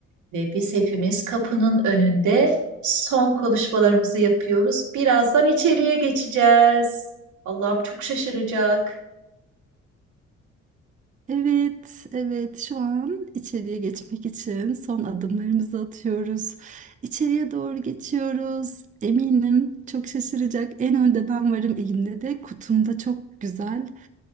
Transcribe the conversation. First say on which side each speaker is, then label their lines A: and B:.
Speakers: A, on the right (about 80°); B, on the right (about 25°).
A: Ve biz hepimiz kapının önünde son konuşmalarımızı yapıyoruz. Birazdan içeriye geçeceğiz. Allah'ım çok şaşıracak.
B: Evet, evet. Şu an içeriye geçmek için son adımlarımızı atıyoruz. İçeriye doğru geçiyoruz. Eminim çok şaşıracak. En önde ben varım. Elimde de kutumda çok güzel